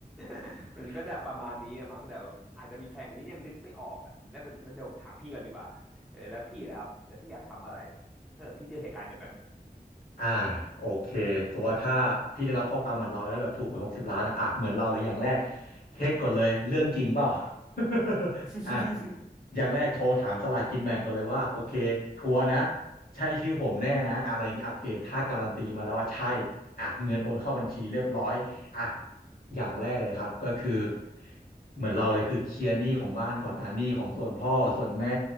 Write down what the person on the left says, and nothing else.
ม
อ่าโอเคสมมติว่าถ้าพี่ได้รับข้อความเหมือนเราแล้วแบบถูกหวยหกสิบล้านอะอ่ะเหมือนเราเลยอย่างแรกเช็คก่อนเลยเรื่องจริงเปล่า <laughs>
อ่ะอย่างแรกโทรถามสลากกินแบ่งก่อนเลยว่าโอเคชัวร์นะใช่ชื่อผมแน่นะอะไรอย่างนี้โอเคถ้าการันตีมาแล้วว่าใช่อ่ะเงินโอนเข้าบัญชีเรียบร้อยอ่ะ อย่างแรกเลยครับก็คือเหมือนเราเลยคือเคลียร์หนี้ของบ้านก่อนอ่ะหนี้ของส่วนพ่อส่วนแม่